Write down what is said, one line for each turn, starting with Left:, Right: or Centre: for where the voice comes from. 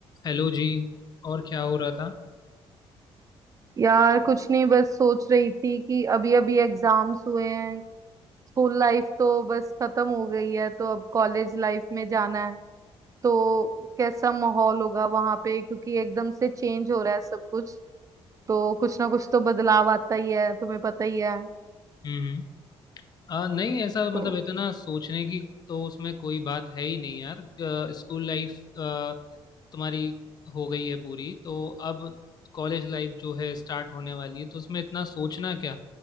Left: Hello जी और क्या हो रहा था
Right: यार कुछ नहीं बस सोच रही थी कि अभी अभी एग्जाम्स हुए हैं स्कूल लाइफ तो बस खत्म हो गई है तो अब कॉलेज लाइफ में जाना है तो कैसा माहौल होगा वहां पे क्योंकि एकदम से चेंज हो रहा है सब कुछ तो कुछ ना कुछ तो बदलाव आता ही है तुम्हें पता ही है
Left: हम्म आ, नहीं ऐसा मतलब
Right: तो
Left: इतना सोचने की तो उसमें कोई बात है ही नहीं यार अ, स्कूल लाइफ अ, तुम्हारी हो गई है पूरी तो अब कॉलेज लाइफ जो है स्टार्ट होने वाली है तो उसमें इतना सोचना क्या